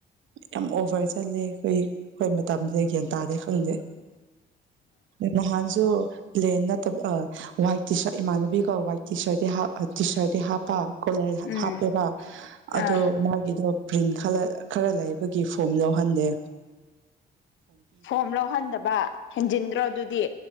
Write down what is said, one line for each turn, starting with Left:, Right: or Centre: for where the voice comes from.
Right: ꯌꯥꯝ ꯑꯣꯚꯔ ꯆꯂꯦ ꯑꯩꯈꯣꯏ ꯑꯩꯈꯣꯏ ꯃꯇꯝꯁꯤꯗ ꯒ꯭ꯌꯥꯟ ꯇꯥꯗꯦ ꯈꯪꯗꯦ ꯅꯍꯥꯟꯁꯨ ꯂꯦꯟ ꯅꯠꯇꯕ ꯋꯥꯏꯠ ꯇꯔ ꯏꯃꯥꯟꯅꯕꯤꯒ ꯋꯥꯏꯠ ꯇꯤ ꯁꯥꯔꯠ ꯇꯤ ꯁꯥꯔꯠꯇꯤ ꯍꯥꯞꯄ ꯀꯣꯂꯔ
Left: ꯎꯝ
Right: ꯍꯥꯞꯄꯦꯕ ꯑꯗꯣ
Left: ꯑꯥ
Right: ꯃꯥꯒꯤꯗꯣ ꯄ꯭ꯔꯤꯟ ꯈꯔ ꯂꯩꯕꯒꯤ ꯐꯣꯝ ꯂꯧꯍꯟꯗꯦ
Left: ꯐꯣꯝ ꯂꯧꯍꯟꯗꯕ ꯍꯦꯟꯖꯤꯟꯗ꯭ꯔꯣ ꯑꯗꯨꯗꯤ